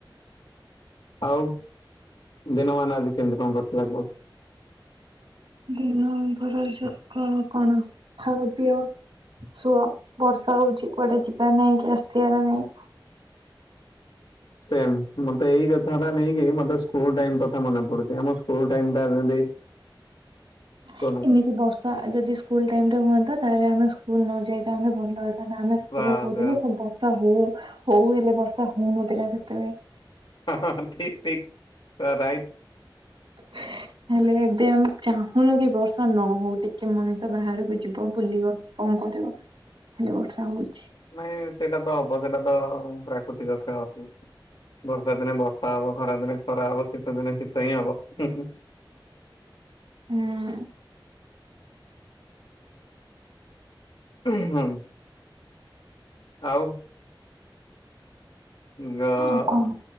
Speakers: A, on the left; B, on the right.
A: ଆଉ ଦିନମାନ ଆଜି କେମିତି କଁ କଟିଲା କୁହ।
B: ଦିନ ନମ୍ବର ଯାକ କଣ ଖାଇବା ପିଆ ସୁଅ ବର୍ଷା ହୋଉଛି କୁଆଡେ଼ ଯିବାର ନାହିଁ କି ଆସିବାର ନାହିଁ।
A: ସେ ଏମିତି ଏଇ କଥା ଟା ନେଇକି ମତେ ସ୍କୁ ଟାଇମ୍ କଥା ମନେ ପଡୁଛି। ଆମ ସ୍କୁ ଟାଇମ୍ ଟା ଯଦି
B: ହ <inaudible>
A: କହନା କହ।
B: ଏମିତି ବର୍ଷା ଯଦି ସ୍କୁଲ ଟାଇମ୍ ରେ ହୁଅନ୍ତା ତାହେଲେ ଆମେ ସ୍କୁଲ ନ ଯାଇଥାନ୍ତେ ଭଲ ହେ ତାହେଲେ ଆମେ ସେତେବେଳେ
A: ବାସ୍
B: କହୁଥିଲେ
A: ବାସ୍
B: ସବୁ ବର୍ଷା ହୋଉ ହୋଉ ହେଲେ ବର୍ଷା ହୋଉନଥିଲା ସେତେବେଳେ
A: ହଁ ହଁ ହଁ ଠିକ ଠିକ ରା ରାଇଟ।
B: ହେ ହେ। ହେଲେ ଏବେ ଆମେ ଚାହୁଁନୁ କି ବର୍ଷା ନ ହୋଉ ଟିକେ ମଣିଷ ବାହାରକୁ ଯିବ ବୁଲିବ। କଣ କରିବ ଖାଲି ବର୍ଷା ହୋଉଚି।
A: ନାଇଁ ସେଇଟା ତ ହବ ତ ଆଉ ସେଇଟା ତ ପ୍ରାକୃତିକ କ୍ଷୟ ହୁଏ। ବର୍ଷା ଦିନେ ବର୍ଷା ହବ ଖରା ଦିନେ ଖରା ହବ ଶୀତ ଦିନେ ଶୀତ ହିଁ ହବ ହୁଁ ହୁଁ।
B: ହୁଁ।
A: ଉଁ ହୁଁ। ଆଉ। ଗଅ
B: ଆଉ କଣ